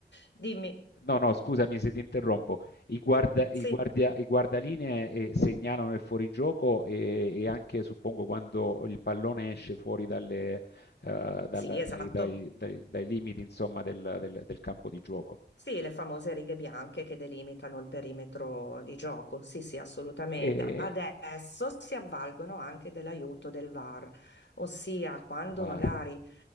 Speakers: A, on the left; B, on the left.
A: dimmi,
B: no, no, scusami se ti interrompo. I, guarda- i
A: sì,
B: guardia- i guardalinee eh, segnalano il fuorigioco e, e anche suppongo quando il pallone esce fuori dalle, eh, dalla-
A: sì, esatto.
B: dai, dai- dai- dai limiti, insomma, del, del- del campo di gioco.
A: Sì, le famose righe bianche che delimitano il perimetro di gioco. Sì, sì, assolutamente.
B: E
A: Adesso si avvalgono anche dell'aiuto del VAR, ossia quando
B: VAR.
A: magari